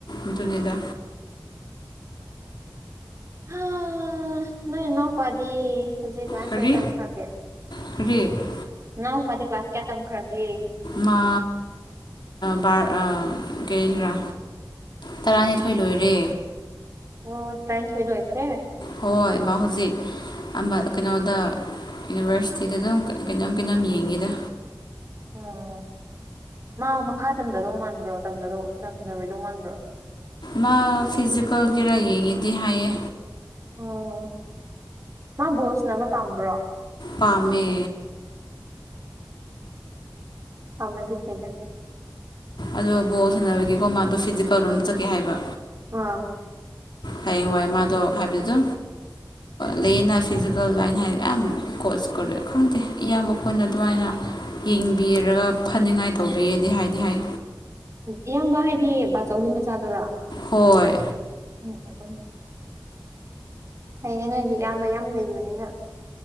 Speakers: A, on the left (about 65°); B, on the right (about 40°).
A: ꯑꯗꯨꯅꯤꯗ
B: ꯍꯥ ꯅꯣꯏ ꯅꯅꯥꯎꯄꯥꯗꯤ ꯍꯧꯖꯤꯛ ꯀ꯭ꯂꯥꯁ
A: ꯀꯔꯤ
B: ꯀꯌꯥ ꯇꯝꯈ꯭ꯔꯒꯦ꯫
A: <inaudible>
B: ꯅꯅꯥꯎ ꯄꯥꯗꯤ ꯀ꯭ꯂꯥꯁ ꯀꯌꯥ ꯇꯝꯈ꯭ꯔꯒꯦ
A: ꯃꯥ ꯕꯥꯔ ꯑꯥ ꯀꯦꯔꯥ ꯇꯔꯥꯅꯤꯊꯣꯏ ꯂꯣꯏꯔꯦ
B: ꯑꯣ ꯇꯔꯥꯅꯤꯊꯣꯏ ꯂꯣꯏꯈ꯭ꯔꯦ
A: ꯍꯣꯏ ꯃꯥ ꯍꯧꯖꯤꯛ ꯑꯃ ꯀꯩꯅꯣꯗ ꯌꯨꯅꯤꯚꯔꯁꯤꯇꯤꯗ ꯑꯗꯨꯝ ꯀꯩꯅꯣꯝ ꯀꯩꯅꯣꯝ ꯌꯦꯡꯒꯦꯗ
B: ꯎꯝ ꯃꯥ ꯃꯈꯥ ꯇꯝꯊꯗꯧ ꯃꯥꯟꯕ꯭ꯔꯣ ꯇꯝꯗꯗꯧ ꯇꯝꯅꯔꯣꯏꯗꯧ ꯃꯥꯟꯕ꯭ꯔꯣ
A: ꯃꯥ ꯐꯤꯖꯤꯀꯦꯜꯒꯤ ꯂꯥꯏ ꯌꯦꯡꯉꯤꯗꯤ ꯍꯥꯏꯌꯦ
B: ꯑꯣ ꯃꯥ ꯕꯣꯁꯅꯕ ꯄꯥꯝꯕ꯭ꯔꯣ
A: ꯄꯥꯥꯝꯃꯦ
B: ꯍ ꯃꯗꯤ ꯐꯩꯗ
A: ꯑꯗꯣ ꯕꯣꯜ ꯁꯥꯟꯅꯕꯒꯤꯦꯀꯣ ꯃꯥꯗꯣ ꯐꯤꯖꯤꯛ ꯀꯧꯔꯣꯝꯗ ꯆꯠꯀꯦ ꯍꯥꯏꯕ
B: ꯑ
A: ꯍꯌꯦꯡꯋꯥꯏ ꯃꯥꯗꯣ ꯍꯥꯏꯕꯤꯗꯣ ꯂꯩꯌꯦꯅ ꯐꯤꯖꯤꯀꯦꯜ ꯂꯥꯏꯟ ꯍꯥꯏꯔꯦ ꯌꯥꯝ ꯀꯣꯆ ꯀꯧꯗꯦ ꯈꯪꯗꯦ ꯏꯌꯥꯝꯕ ꯀꯣꯏꯅ ꯑꯗꯨꯃꯥꯏꯅ ꯌꯦꯡꯕꯤꯔꯒ ꯐꯅꯤꯉꯥꯏ ꯇꯧꯕꯤꯔꯗꯤ ꯍꯥꯏꯗꯤ ꯍꯥꯏ
B: ꯏꯌꯥꯝꯕ ꯍꯥꯏꯗꯤ ꯕꯥꯆꯧꯒꯤ ꯃꯆꯥꯗꯨꯔꯥ
A: ꯍꯣꯏ
B: ꯎꯝ ꯎꯝ ꯎꯝ ꯐꯩꯌꯦꯅꯦ ꯅꯣꯏꯗꯤ ꯏꯌꯥꯝꯕ ꯌꯥꯝ ꯂꯩꯕꯅꯤꯅ